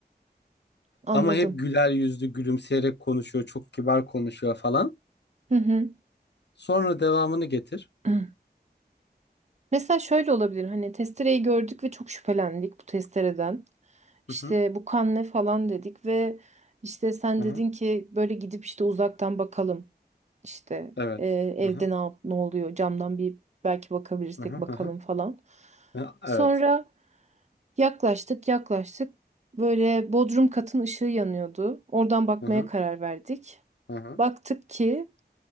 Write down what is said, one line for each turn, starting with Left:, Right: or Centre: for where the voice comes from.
Right: Anladım.
Left: Ama hep güler yüzlü gülümseyerek konuşuyor. Çok kibar konuşuyor falan.
Right: Hı hı.
Left: Sonra devamını getir.
Right: <clears throat> Hı. Mesela şöyle olabilir. Hani testereyi gördük ve çok şüphelendik bu testereden.
Left: Hı
Right: İşte
Left: hı.
Right: bu kan ne falan dedik ve işte sen
Left: Hı
Right: dedin
Left: hı.
Right: ki böyle gidip işte uzaktan bakalım. İşte
Left: Evet.
Right: e, evde
Left: Hı hı.
Right: ne yap- ne oluyor camdan bir belki bakabilirsek
Left: Hı hı.
Right: bakalım
Left: Hı hı.
Right: falan.
Left: Hı, Evet.
Right: Sonra yaklaştık yaklaştık böyle bodrum katın ışığı yanıyordu. Oradan bakmaya
Left: Hı hı.
Right: karar verdik.
Left: Hı hı.
Right: Baktık ki